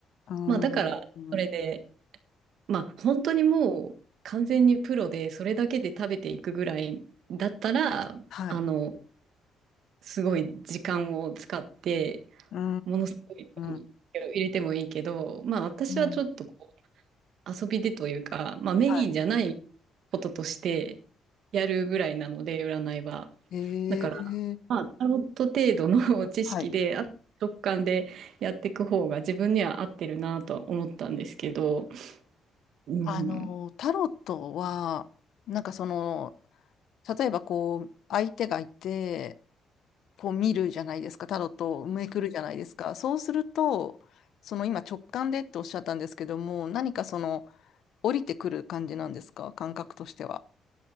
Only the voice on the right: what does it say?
まあ、だから、それで、まあ、本当にもう完全にプロでそれだけで食べていくぐらいだったら、
あの、すごい時間を使って、
ものすごい量の手を入れてもいいけど、
まあ私はちょっとこ
う遊びでというか、まあメインじゃない
こととしてやるぐらいなので、占いは。
だから、
まあタロット程度の <laughs> 知識で、
あ直感でやっていく方が自分には合ってるなとは思ったんですけど、うん、